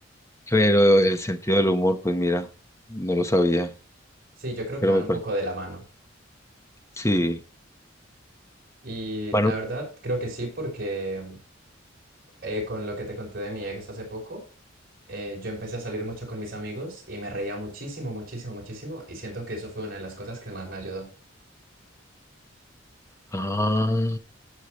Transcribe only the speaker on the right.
Sí, yo creo que
van
un
poco de la mano.
Y
la verdad, creo que sí, porque eh, con lo que te conté de mi ex hace poco, eh, yo empecé a salir mucho con mis amigos y me reía muchísimo, muchísimo, muchísimo, y siento que eso fue una de las cosas que más me ayudó.